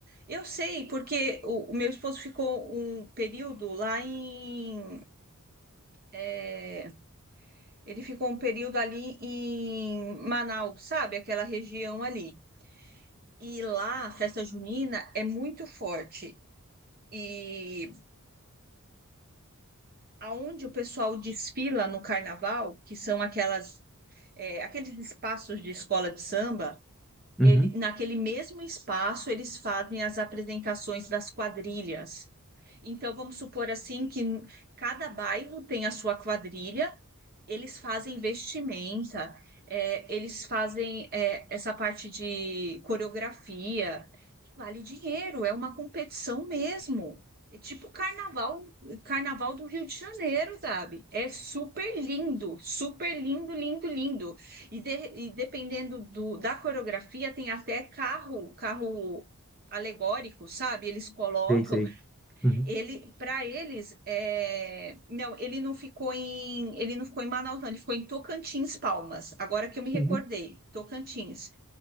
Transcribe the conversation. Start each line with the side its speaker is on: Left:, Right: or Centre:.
Right: Eu sei, porque o, o meu esposo ficou um período lá em é, Ele ficou um período ali em Manaus, sabe? Aquela região ali. E lá a festa junina é muito forte. E aonde o pessoal desfila no carnaval, que são aquelas, é, aqueles espaços de escola de samba, ele,
Centre: Uhum.
Right: naquele mesmo espaço eles fazem as apresentações das quadrilhas. Então vamos supor assim que cada bairro tem a sua quadrilha Eles fazem vestimenta, é, eles fazem é, essa parte de coreografia, e vale dinheiro, é uma competição mesmo. É tipo carnaval, carnaval do Rio de Janeiro, sabe? É super lindo, super lindo, lindo, lindo. E, de- e dependendo do, da coreografia, tem até carro, carro alegórico, sabe? Eles colocam.
Centre: Sei, sei. Uhum.
Right: Ele, para eles, é... não, ele não ficou em, ele não ficou em Manaus, não, ele ficou em Tocantins, Palmas. Agora que eu me recordei,
Centre: Uhum.
Right: Tocantins.